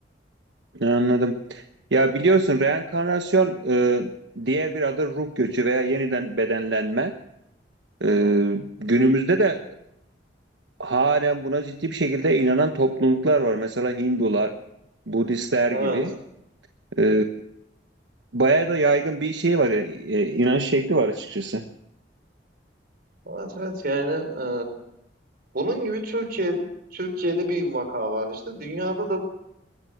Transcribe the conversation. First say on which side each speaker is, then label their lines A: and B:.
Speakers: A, on the right; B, on the right.
A: Anladım. Ya biliyorsun reenkarnasyon e, diğer bir adı ruh göçü veya yeniden bedenlenme.
B: Hı
A: E,
B: hı.
A: günümüzde de halen buna ciddi bir şekilde inanan topluluklar var. Mesela Hindular, Budistler
B: Evet.
A: gibi. E, bayağı da yaygın bir şey var, e, inanç şekli var açıkçası.
B: Evet evet yani e, bunun gibi Türkiye Türkiye'de bir vaka var işte dünyada da